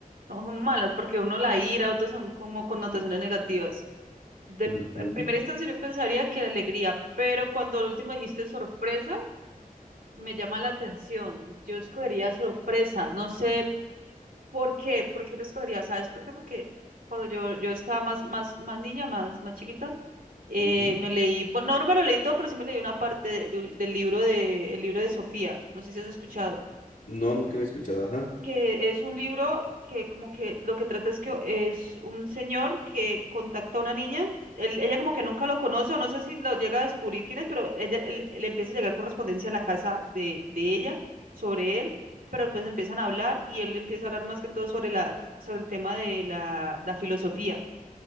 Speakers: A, on the right; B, on the left.
A: no son malas, porque uno la ira, otros son como connotaciones negativas. De,
B: Ujú,
A: en primera instancia yo pensaría que la alegría, pero cuando el último dijiste sorpresa, me llama la atención. Yo escogería sorpresa, no sé por qué, por qué lo escogería, ¿sabes por qué? Porque cuando yo, yo estaba más, más, más niña, más, más chiquita, Eh,
B: ujú.
A: me leí, bueno, no, no me lo leí todo, pero sí me leí una parte de- de un- del libro de, el libro de Sofía, no sé si has escuchado,
B: No, nunca había escuchado, ajá.
A: que es un libro que como que lo que trata es que es un señor que contacta a una niña, él- ella como que nunca lo conoce o no sé si lo llega a descubrir quién es, pero ella, él- le empieza a llegar correspondencia a la casa de, de ella sobre él, pero después empiezan a hablar y él empieza a hablar más que todo sobre la, sobre el tema de la, la filosofía